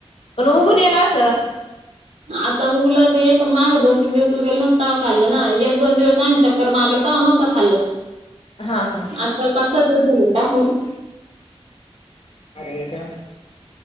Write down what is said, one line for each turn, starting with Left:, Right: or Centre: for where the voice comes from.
Left: पण उघूनला असं
Right: आता उगल ते पण माग दोन तीन दिवस उगेल न ताव खाल्ल ना एक दोन दिवस आमच्या मारलं तरव न्हतं खाल्लं.
Left: हा हा.
Right: आजकाल पाच सहा दिवस झाले टाकून.
Left: <inaudible>